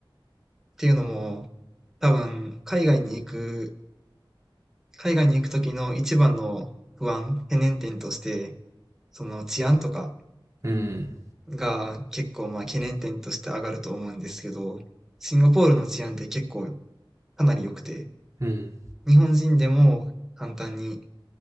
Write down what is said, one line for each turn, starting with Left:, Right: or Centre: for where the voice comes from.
Centre: っていうのも、多分海外に行く海外に行く時の一番の不安、懸念点として、その治安とか
Right: うーん、
Centre: が結構まあ懸念点として上がると思うんですけど、シンガポールの治安って結構かなり良くて、
Right: うーん、
Centre: 日本人でも簡単に